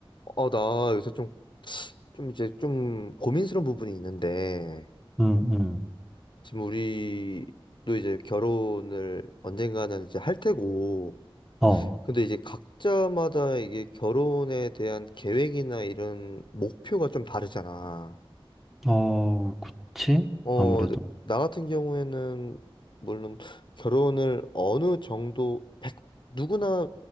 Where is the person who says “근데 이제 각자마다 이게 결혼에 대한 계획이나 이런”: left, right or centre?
Left